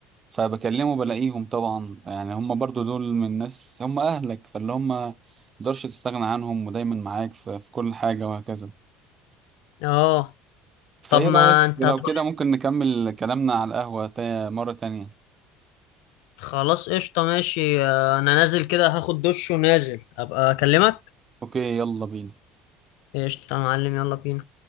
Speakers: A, on the right; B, on the left.
A: فبكلمه بلاقيهم طبعا يعني هم برضو دول من الناس هم أهلك فاللي هم مقدرش تستغنى عنهم ودايما معاك في, في كل حاجة وهكذا
B: اه
A: فإيه
B: طب ما
A: رأيك
B: انت
A: لو
B: هتروح
A: كده ممكن نكمل كلامنا على القهوة تا- مرة تانية
B: خلاص قشطه ماشي آه، انا نازل كده هاخد دش ونازل ابقى اكلمك
A: أوكي يلا بينا
B: قشطه يا معلم يلا بينا